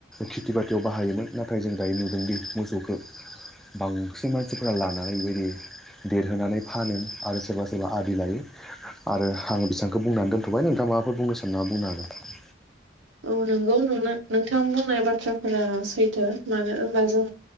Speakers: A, in the centre; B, on the right (about 85°).
A: खेथि बा खाथियाव बाहायोमोन नाथाय जों दायो नुदोंदि मोसौखौ बांसिन मानसिफोरा लानानैबायदि देरहोनानै फानो आरो सोरबा सोर जेब्ला आदि लायो आरो आङो बेसांखौ बुंनानै दोनथ'बाय नोंथां माबाफोर बुंनो साननानै बुंनो हागोन
B: औ नोंगौ नों नोंथां बुंनाय बाथ्राफोरा सैथो मानो होनबा जों